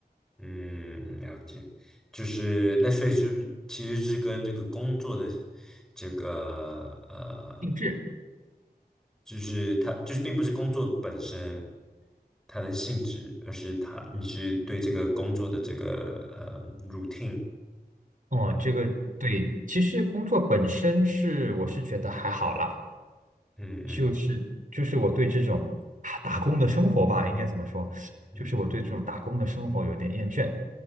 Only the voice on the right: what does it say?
定制。
哦，这个对，其实工作本身是我是觉得还好啦，
就是就是我对这种啊打工的生活吧，应该怎么说？
就是我对这种打工的生活有点厌倦。